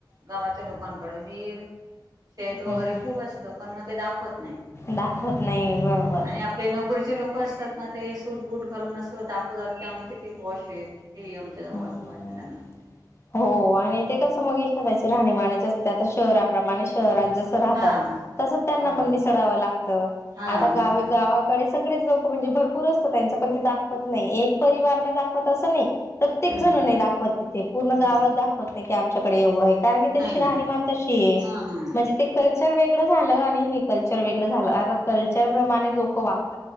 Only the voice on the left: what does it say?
हम्म
दाखवत नाही बरोबर
हम्म
हो आहे ते कस मग एखाद्याची राहणीमानच असतात आता शहराप्रमाणे शहरात जस राहतात
तस त्यांना
पण मिसडाव लागत
आता
गावी गावाकडेच सगळेच लोक म्हणजे भरपूर असतात त्यांच पण ते दाखवत नाही एक परिवार न दाखवता असं नाही प्रत्येकजण
न दाखवत तिथे न
गावा दाखवत की आमच्याकडे एवढंये कारण की त्यांची
राहणीमान
तशिये
म्हणजे ते कल्चर वेगळं झालं आणि हे कल्चर वेगळं झालं कार कल्चर प्रमाणे लोक वा